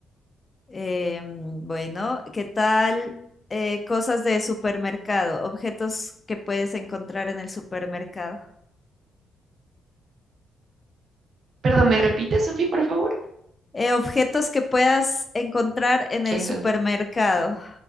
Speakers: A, on the left (about 25°); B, on the right (about 50°).
A: Em, bueno, ¿qué tal? eh, cosas de supermercado, objetos que puedes encontrar en el supermercado.
B: Perdón, ¿me repites, Sofi, por favor?
A: Eh, objetos que puedas encontrar en el
B: Entonces,
A: supermercado,